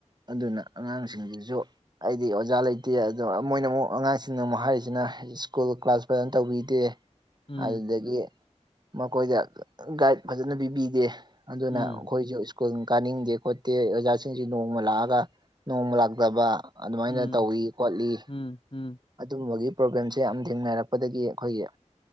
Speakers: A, on the right (about 35°); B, on the left (about 45°).
A: ꯑꯗꯨꯅ ꯑꯉꯥꯡꯁꯤꯡꯁꯤꯁꯨ ꯑꯩꯗꯤ ꯑꯣꯖꯥ ꯂꯩꯇꯦ ꯑꯗꯣ ꯃꯣꯏꯅ ꯑꯃꯨꯛ ꯑꯉꯥꯡꯁꯤꯡꯅ ꯑꯃꯨꯛ ꯍꯥꯏꯔꯤꯁꯤꯅ ꯁ꯭ꯀꯨꯜ ꯀ꯭ꯂꯥꯁ ꯐꯖꯅ ꯇꯧꯕꯤꯗꯦ
B: ꯎꯝ
A: ꯑꯗꯨꯗꯒꯤ ꯃꯈꯣꯏꯗ ꯒꯥꯏꯗ ꯐꯖꯅ ꯄꯤꯕꯤꯗꯦ ꯑꯗꯨꯅ
B: ꯎꯝ
A: ꯑꯩꯈꯣꯏꯁꯨ ꯁ꯭ꯀꯨꯜ ꯀꯥꯅꯤꯡꯗꯦ ꯈꯣꯠꯇꯦ ꯑꯣꯖꯥꯁꯤꯡꯁꯤ ꯅꯣꯡꯃ ꯂꯥꯛꯑꯒ ꯅꯣꯡ ꯂꯥꯛꯇꯕ ꯑꯗꯨꯃꯥꯏꯅ
B: ꯎꯝ
A: ꯇꯧꯋ ꯈꯣꯠꯂꯤ
B: ꯎꯝ ꯎꯝ
A: ꯑꯗꯨꯝꯕꯒꯤ ꯄ꯭ꯔꯣꯕ꯭ꯂꯦꯝꯁꯦ ꯌꯥꯝ ꯊꯦꯡꯅꯏꯔꯛꯄꯗꯒꯤ ꯑꯩꯈꯣꯏꯒꯤ